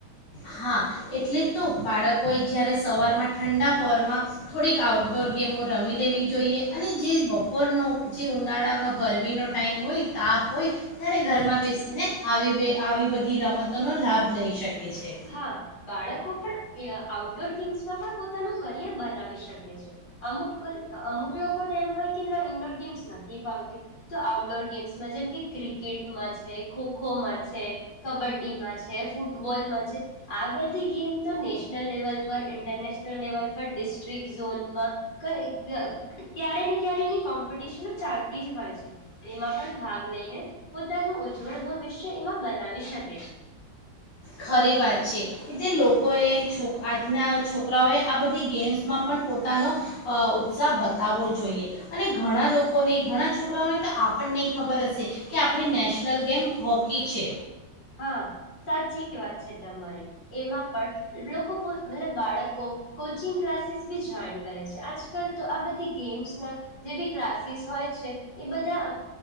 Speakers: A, on the left; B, on the left.
A: હા એટલે તો બાળકોએ જ્યારે સવારમાં ઠંડા પોરમાં થોડીક આઉટડોર ગેમો રમી લેવી જોઈએ અને જે બપોરનો જે ઉનાળાનો ગરમીનો ટાઈમ હોય તાપ હોય ત્યારે ઘરમાં બેસીને આવી બે આવી બધી રમતોનો લાભ લઈ શકે છે.
B: હા બાળકો પણ આઉટડોર ગેમ્સમાં પણ પોતાનું કરિયર બનાવી શકે છે. અમુક અમુક લોકોને એમ હોય કે ના ઇન્ડોર ગેમ્સ નથી ફાવતી તો આઉટડોર ગેમ્સમાં જેમ કે ક્રિકેટમાં છે, ખોખોમાં છે, કબડ્ડી માં છે, ફૂટબોલમાં છ આ બધી ગેમ તો નેશનલ લેવલ પર ઇન્ટરનેશનલ લેવલ પર ડિસ્ટ્રિક્ટ ઝોનમાં ક ક્યારે ને ક્યારે એની કોમ્પિટિશનો ચાલતી જ હોય છે. એમાં પણ ભાગ લઈને પોતાનું ઉજ્જવળ ભવિષ્ય એમાં બનાવી શકે છે.
A: ખરી વાત છે. એટલે લોકોએ આજના છોકરાઓએ આ બધી ગેમ્સમાં પણ પોતાનો અ ઉત્સાહ બતાવવો જોઈએ અને ઘણા લોકોને ઘણા છોકરાઓને તો આપણને ખબર હશે કે આપણી નેશનલ ગેમ હોકી છે.
B: હા સાચી વાત છે તમારી. એમાં પણ લોકો મતલબ બાળકો કોચિંગ ક્લાસીસ બી જોઈન કરે છે. આજકાલ તો આ બધી ગેમ્સ ના જે બી ક્લાસીસ હોય છે એ બધા